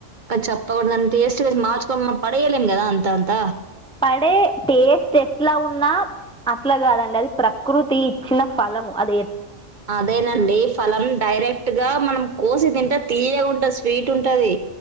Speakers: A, on the right (about 45°); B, in the centre.
A: చెప్ప కూడా అంతేస్ట్ మార్చక మ పడయలేం కదా అంత అంత
B: పడే టేస్ట్ ఎట్లా ఉన్నా అట్లా కాదండి అది ప్రకృతి ఇచ్చిన ఫలము అది ఎ
A: అదేనండి ఫలం డైరెక్ట్ గా మనం కోసి తింట తీయకుండా స్వీట్ ఉంటంది